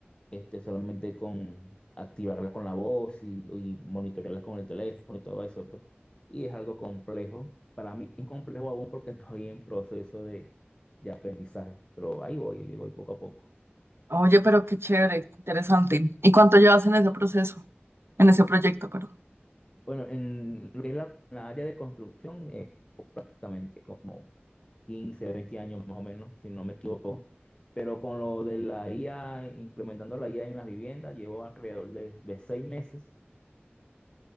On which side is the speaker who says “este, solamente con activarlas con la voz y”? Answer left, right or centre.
Left